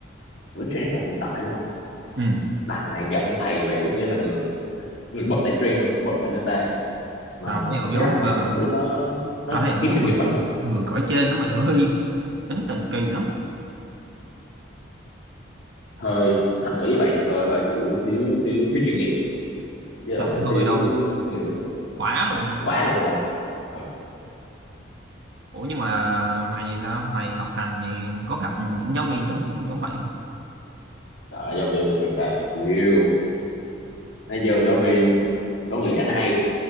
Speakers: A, on the left (about 70°); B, on the right (about 60°).
A: một cái trend thời hiện tại luôn à
B: ừ
A: đằng này gặp ông thầy vậy đúng nghĩa là người người bật lại trend luôn bật lại meta mà
B: tao thấy ổng
A: cái
B: giống
A: cách ông thầy
B: ờ,
A: hành xử nó nó
B: tao thấy ổng
A: kém
B: giống
A: chuyên
B: người
A: nghiệp quá
B: người cõi trên đó mày ơi tính tình kỳ lắm
A: hơi hành xử như vậy thì hơi hơi kiểu thiếu thiếu thiếu chuyên nghiệp với
B: không
A: là hơi thiếu
B: hơi đâu
A: suy nghĩ thiệt.
B: quá luôn á,
A: quá
B: quá
A: luôn hả ừ.
B: ủa nhưng mà mày thì sao mày học hành thì có gặp những giáo viên giống giống vậy không
A: trời ơi, giáo viên mà trường ta thì chịu nói giờ giáo viên có người giảng hay